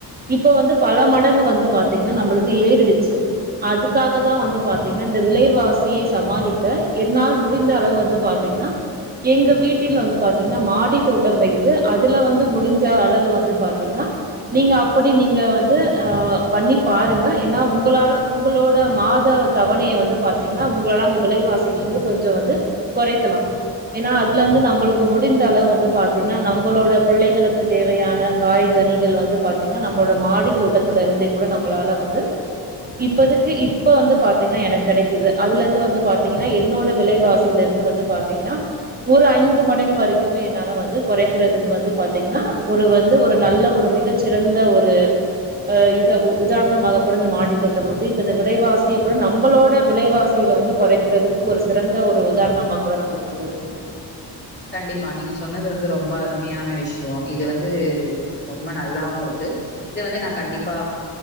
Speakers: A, on the right; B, on the left.
A: இப்ப வந்து பல மடங்கு வந்து பாத்தீங்ன்னா நம்பளுக்கு ஏறிடுச்சு அதுக்காக தா வந்து பாத்தீங்ன்னா இந்த விலைவாசியை சமாளிக்க என்னால் முடிந்த அளவு வந்து பாத் திங்ன்னா எங்க வீட்டில் வந்து பாத்தீங்ன்னா மாடி தோட்டம் வைத்து அ துல வந்து முடிஞ்ச அளவு வந்து பாத்தீங்ன்னா நீங்க அப்படி நீங்க வந்து ஆ பண்ணி பாருங்க ஏன்னா உங்களால உங்களோட மாத தவணைய வந்து பாத்தீங்ன்னா உங்களாலா அந்த விலைவாசிகள்ளந்து கொஞ்சோ வந்து கொறைக்கலா ஏன்னா அதுல இந்து நம்பளுக்கு முடிந்த அளவு வந்து பாத்தீங்ன்னா நம்பளோட புள்ளைகளுக்கு தேவையான காய்கனிகள் வந்து பாத்தீங்ன்னா நம்போட மாடி தோட்டத்துல இருந்து கூட நம்பளால வந்து இப்பதுக்கு இப்ப வந்து பாத்தீங்ன்னா எனக் கெடைக்குது அதுல இந்து வந்து பாத்தீங்கன்னா என்னோட விலைவாசில்ல இந்து வந்து பாத்தீங்கன்னா ஒரு ஐந்து மடங்கு வரைக்குமே என்னால வந்து கொறைக்கிறதுக் கு வந்து பார்த்தீங்ன்னா ஒரு வந்து ஒரு நல்ல ஒரு மிகச்சிறந்த ஒரு அ இத உ உதாரணமாக கூட ந மாடி தோட்டம் வந்து இப்ப இந்த விலைவாசிய கூட நம்பளோட விலைவாசியில வந்து கொறைக்கிறதுக்கு ஒரு சிறந்த ஒரு உதாரணமா கூட நம்மளுக்கு அது இருக்குது
B: கண்டிப்பா நீங்க சொன்னது வந்து ரொம்ப அருமையான விஷ்யோ இது வந்து ரொம்ப நல்லாவு இருக்கு இத வந்து நா கண்டிப்பா